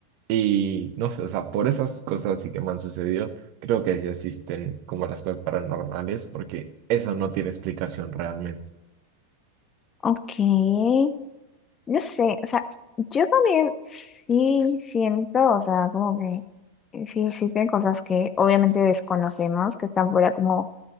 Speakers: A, on the right; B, on the left.
A: Y no sé, o sea, por esas cosas así que me han sucedido, creo que sí existen como las cosas paranormales, porque eso no tiene explicación realmente.
B: ok. No sé, o sea, yo también sí siento, o sea, como que eh, sí existen cosas que obviamente desconocemos, que están fuera como